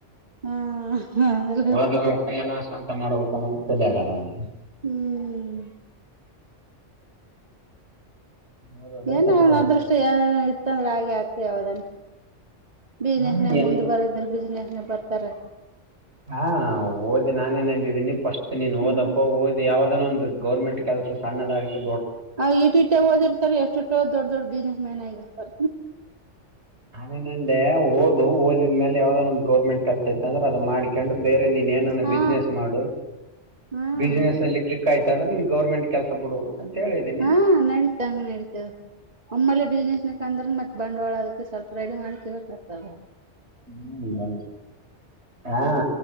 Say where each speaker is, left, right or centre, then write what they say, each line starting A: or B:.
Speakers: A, on the right; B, on the right.
A: ಹಾ ಅಂದ್ರ
B: ಓದಬೇಕ ಏನ ಸ್ವಂತ ಮಾಡ್ಬೇಕು ಅನ್ನೋದು ತೆಲೆಗಾದ ಅವ್ನಿಗೆ
A: ಹ್ಮ್
B: ಓದೋದು
A: ಏನ
B: ಸ್ವಲ್ಪ
A: ಅವನ್ ಅದೃಷ್ಟ ಇತ್ತಂದ್ರೆ ಹಾಗಗೆ ಆಗ್ತ ಯಾವದನ್
B: ಹೆಂಗ್
A: ಬಿಜ್ನೆಹನೆ ಮುಂದುವರೆದ್ದ್ರ ಬಜ್ನೇಸ್ನೆ ಬರ್ತಾರೆ
B: ಹಾ ಓದಿ ನಾ ನಾನೆನ್ ದ್ದೀನಿ ಫಸ್ಟ್ ನೀನ್
A: ಹ್ಮ್
B: ಓದಪ್ಪ ಓದ್ ಯಾವ್ದಾದಾನ ಒಂದು ಗೌರ್ಮೆಂಟ್ ಕೆಲಸ ಸಣ್ಣದಾಗ್ಲಿ.
A: ಆ ಇಟ್ ಇಟ್ಟ ಓದಿರ್ತಾರೆ ಎಷ್ಟುಟ್ಟ ದೊಡ್ಡ ದೊಡ್ ಬಿಸ್ನೆಸ್ ಮ್ಯಾನ್ ಆಗಿರ್ತಾರ
B: ನಾನೆಂದ ಓದು ಓದಿದ ಮೇಲೆ ಯಾವ್ದ ನಮ ಗೌರ್ಮೆಂಟ್ ಕೆಲಸ ಇತಂದ್ರ ಅದು ಮಾಡಿ ಕೆಂಡು ಬೇರೆ ನೀನ್ ಏನ
A: ಹಾ
B: ಬಿಸ್ನನೆಸ್ ಮಾಡು
A: ಹ್ಮ್
B: ಬಿಸ್ನಸ್ ಅಲ್ಲಿ ಕ ಆಯ್ತ ತಂದ್ರ ನಿ ಗೌರ್ಮೆಂಟ್ ಕೆಲಸ ಬಿಡು. ಹೇಳಿದೀನಿ
A: ಹಾ ನಡೀತ ಹಂಗ ನಡೀತದ ಒಮ್ಮಳೆ ಬಿಸ್ನೆಸ್ ನ ಅಂದ್ರ ಮತ್ತೆ ಬಂಡವಾಳದಕ್ಕೆ ಸ್ವಲ್ಪ ರೈಡಿ ಮಾಡಕ ಪತಲ್ಲ
B: ಹ್ಮ್ ಬ ಹಾ